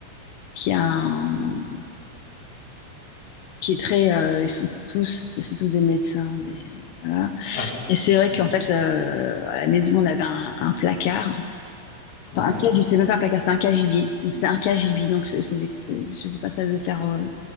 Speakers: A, on the left; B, on the left.
A: qui a un- qui est très, euh, ils sont tous, c'est tous des médecins, des- voilà.
B: ah oui.
A: Et c'est vrai
B: Mhm.
A: qu'en fait, euh, à la maison, on avait un, un placard.
B: Ouais.
A: Enfin, un cage, c'est même pas un placard, c'est un cagibier. Donc, c'était un cagibi. Donc, c'est, c'est des- euh, je sais pas, ça devait faire euh,